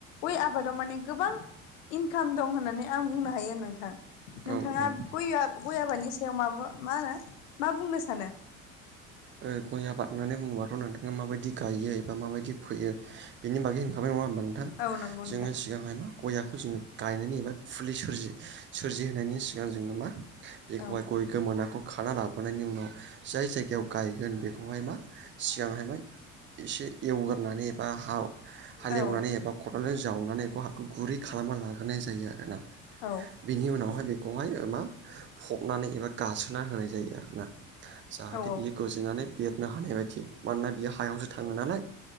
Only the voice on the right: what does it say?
औ औ
ओ गय आबाद होननानै बुङोबाथ' नोंथाङा माबायदि गायो एबा माबायदि फोयो बेनि बागै होनखाबाय नङा होनबा? नोंथां
जोङो सिगां गयाखौ जोङो गायनायनि एबा फुलि सोरजि सोरजिहोनायनि बेनि उनाव जोङो मा बेखौहाय
गय गोमोनाखौ खाना लाबोनायनि उनाव जाय जायगायाव गायगोन बे खौहाय मा सिगांहाय मा एसे एवगोरनानै एबा हा हालेवनानै
एबा खदालजों जावनानै बेखौ हाखौ गुरै खालामना लाग्रोनाय जायो आरोना।
बिनि उनावहाय बेखौहाय मा फबनानै एबा गासोना होनाय जायो आरोना। जाहाथे
बियो गोजोनानै बेरनो हानाय बायदि मानोना बियो हायावसो थाङो नालाय